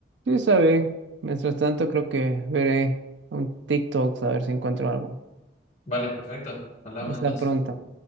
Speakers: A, on the right (about 75°); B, on the left (about 40°).
A: Sí, está bien. Mientras tanto, creo que veré un TikTok a ver si encuentro algo.
B: Vale, perfecto. Hablamos
A: Hasta
B: entonces.
A: pronto.